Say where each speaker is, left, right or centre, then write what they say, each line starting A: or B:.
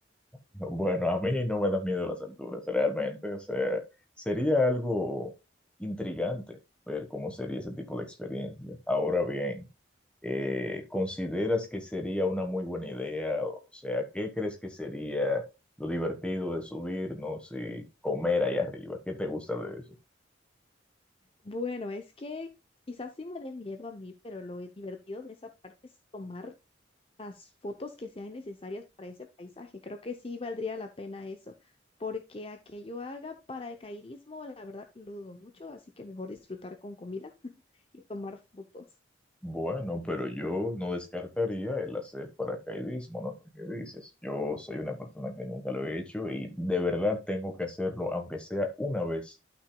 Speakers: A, in the centre; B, on the left.
A: Bueno, a mí no me da miedo las alturas, realmente, o sea, sería algo intrigante ver cómo sería ese tipo de experiencia. Ahora bien, eh, ¿consideras que sería una muy buena idea? O sea, ¿qué crees que sería lo divertido de subirnos y comer ahí arriba? ¿Qué te gusta de eso?
B: Bueno, es que quizás sí me dé miedo a mí, pero lo divertido de esa parte es tomar las fotos que sean necesarias para ese paisaje. Creo que sí valdría la pena eso, porque a que yo haga paracaidismo, la verdad lo dudo mucho, así que mejor disfrutar con comida <laughs> y tomar fotos.
A: Bueno, pero yo no descartaría el hacer paracaidismo, no sé qué dices. Yo soy una persona que nunca lo he hecho y de verdad tengo que hacerlo, aunque sea una vez